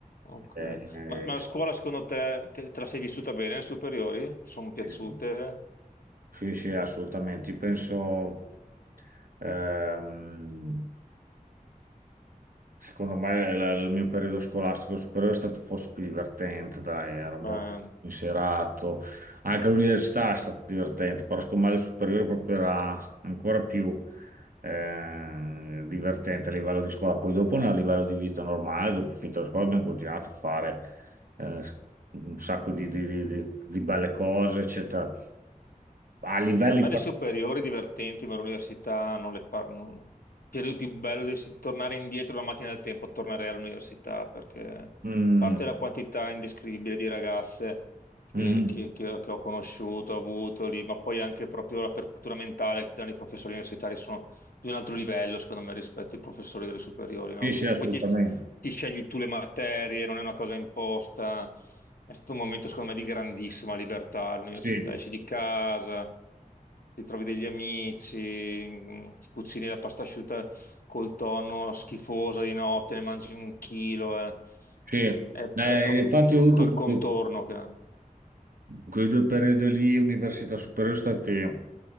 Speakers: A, on the left; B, on the right.
A: Ok.
B: Eh,
A: Ma, ma la scuola secondo te, te, te la sei vissuta bene le superiori? Ti sono piaciute?
B: eh, Sì, sì, assolutamente. Io penso, ehm, secondo me, la- il mio periodo scolastico superiore è stato forse più divertente, dai, ero
A: Beh.
B: molto inserato. Anche l'università è stata divertente, però secondo me il superiore proprio era ancora più eh, divertente a livello di scuola. Poi dopo, a livello di vita normale, dopo finita la scuola, abbiamo continuato a fare eh, un sacco di di- di- di- di belle cose, eccetera a livelli
A: Per me le superiori divertenti, ma l'università non le parlo. non- Il periodo più bello dovessi tornare indietro la macchina del tempo, tornerei all'università perché a
B: Mm,
A: parte la quantità indescrivibile di ragazze che,
B: mm.
A: che- che- che ho conosciuto, ho avuto lì, ma poi anche proprio l'apertura mentale che ti danno i professori universitari sono di un altro livello, secondo me, rispetto ai professori delle superiori, no?
B: Sì, sì,
A: Quindi
B: assolutamente.
A: poi ti, ti scegli tu le materie, non è una cosa imposta. È stato un momento, secondo me, di grandissima libertà all'università.
B: Sì,
A: Esci di casa, ti trovi degli amici, mh, ti cucini la pasta asciutta col tonno schifosa di notte, ne mangi un chilo. eh.
B: sì.
A: È,
B: Eh,
A: è proprio
B: infatti
A: tutto
B: ho avuto
A: il contorno
B: que-
A: che...
B: quei due periodi lì, università superiore, sono stati